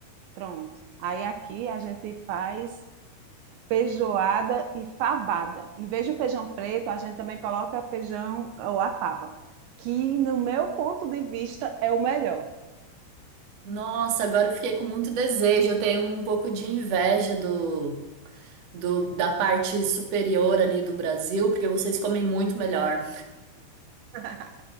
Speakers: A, on the right; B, on the right.
A: Pronto. Aí aqui a gente faz feijoada e fabada. Em vez do feijão preto, a gente também coloca feijão ou a fava, que no meu ponto de vista é o melhor.
B: Nossa, agora eu fiquei com muito desejo. Eu tenho um pouco de inveja do do- da parte superior ali do Brasil, porque vocês comem muito melhor.
A: <laughs>